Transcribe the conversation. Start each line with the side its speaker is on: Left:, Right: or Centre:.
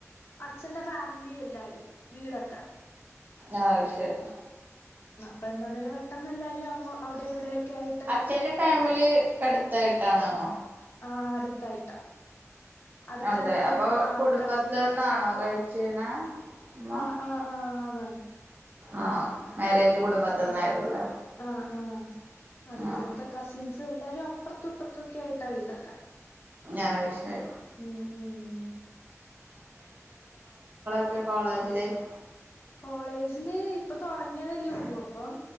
Left: അച്ഛന്റെ ഫാമിലി എല്ലാരും വീടൊക്കെ
Right: ആഹ് അയ്ശരി
Left: അപ്പ എന്താണെലും പെട്ടന്ന് എല്ലാരും അങ് അവിടെ ഇവിടെയൊക്കെയയിട്ട്
Right: അച്ഛന്റെ ഫാമിലി എടുത്തായിട്ടാണെന്നോ
Left: ആഹ് അടുത്തായിട്ടാ അടുത്തടുത്ത്
Right: അതെ അപ്പൊ
Left: ആഹ്
Right: കുടുംബത്തിന്നാണോ
Left: കസിൻസ്
Right: കഴിച്ചീണെ ഉമ്മ
Left: ആഹ് ആഹ് ആഹ് ആണ്
Right: ആഹ് മാരേജ് കുടുംബത്തിന്നായിരിക്കുംല്ലേ
Left: ആഹ് ആഹ് അടുത്തടുത്ത
Right: ആഹ്
Left: കസിൻസ് എല്ലാരും അപ്പറത്തുംപ്പുറത്തൊക്കെ ആയിട്ടാ വീടൊക്കെ
Right: ആഹ് അയ്ശരി
Left: ഉം ഉം
Right: പിന്നെ കോളേജ് ലൈഫ്
Left: കോളേജില് ഇപ്പൊ തുടങ്ങിയതല്ലേ ഉള്ളൂ അപ്പം